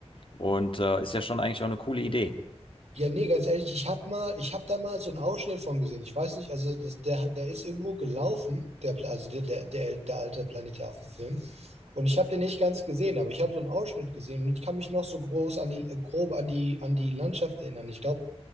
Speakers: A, on the left; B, on the right.
A: Und äh, ist ja schon eigentlich auch eine coole Idee.
B: Ja, nee, ganz ehrlich, ich hab mal, ich hab da mal so einen Ausschnitt von gesehen. Ich weiß nicht, also das, der, der ist irgendwo gelaufen, der, Pla- also der, der, der, der alte Planet der Affen-Film. Und ich habe den nicht ganz gesehen, aber ich habe so einen Ausschnitt gesehen und ich kann mich noch so groß an die, äh, grob an die, an die Landschaft erinnern. Ich glaube,